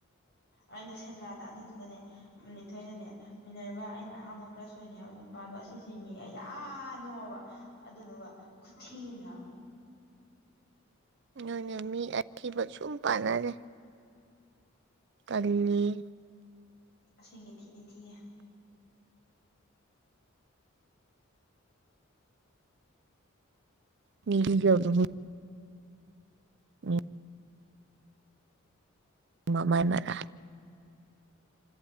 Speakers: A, on the left; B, on the right.
A: ꯑꯩꯅ ꯁꯦꯟꯗ꯭ꯔꯥꯗ ꯑꯗꯨꯗꯨꯒꯅꯦ ꯅꯦꯊꯣꯏꯅꯅꯦ ꯃꯤꯟꯅꯔꯕꯥ ꯑꯩꯅ ꯑꯍꯥꯟꯕ ꯀ꯭ꯔꯁ ꯑꯣꯏꯒꯤ ꯍꯥꯏꯕ ꯅꯨ ꯄꯥꯥꯗꯣ ꯑꯁꯤꯁꯤꯅꯤꯌꯦ ꯑꯩ ꯌꯥ ꯅꯣꯛꯑꯕ ꯑꯗꯨꯗꯨꯒ ꯈꯨꯊꯤꯝꯃꯅꯤ ꯍꯥꯏꯕ
B: ꯅꯣꯏꯅ ꯃꯤ ꯑꯊꯤꯕ ꯁꯨꯝ ꯄꯥꯟꯅ ꯂꯩ꯫ ꯇꯜꯂꯤꯑꯦ
A: ꯑꯁꯦꯡꯀꯤ ꯊꯤꯗꯤ ꯊꯤꯌꯦ
B: ꯃꯤ ꯊꯤꯖꯕꯗꯨꯕꯨ <unintelligible> ꯃꯃꯥꯏꯅꯔꯥ